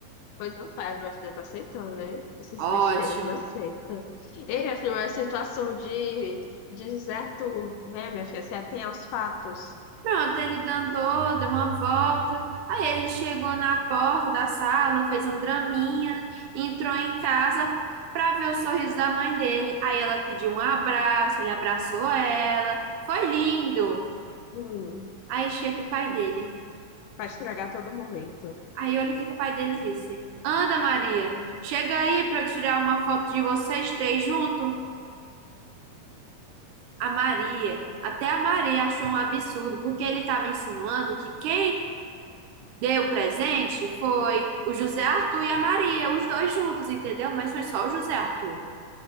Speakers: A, on the left; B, on the right.
A: Pois não faz, minha filha tá aceitando, né? Essas
B: Ótimo.
A: besteiras aceita. Ei, minha filha, mas a situação de, de José Arthur, né, minha filha? Você atém aos fatos.
B: Pronto, ele andou, deu uma volta. Aí ele chegou na porta da sala, fez um draminha, entrou em casa para ver o sorriso da mãe dele. Aí ela pediu um abraço, ele abraçou ela. Foi lindo.
A: Hum,
B: Aí chega o pai
A: é,
B: dele.
A: pra estragar todo momento.
B: Aí olha o que que o pai dele disse. Anda, Maria, chega aí para eu tirar uma foto de vocês três junto. A Maria, até a Maria achou um absurdo, porque ele estava insinuando que quem Deu presente? Foi o José Arthur e a Maria, os dois juntos, entendeu? Mas foi só o José Arthur.